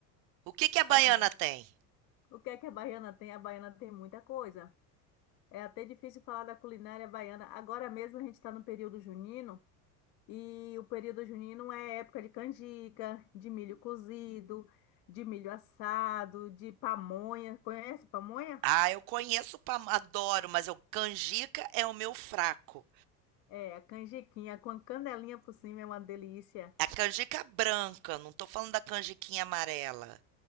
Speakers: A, on the right (about 45°); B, on the left (about 45°).
A: O que que a baiana
B: Olha,
A: tem?
B: o que é que a baiana tem? A baiana tem muita coisa. É até difícil falar da culinária baiana. Agora mesmo a gente está no período junino. E o período junino é época de canjica, de milho cozido, de milho assado, de pamonha. Conhece pamonha?
A: Ah, eu conheço, pam- adoro, mas eu, canjica é o meu fraco.
B: É, a canjiquinha com a canelinha por cima é uma delícia.
A: A canjica branca, não tô falando da canjiquinha amarela.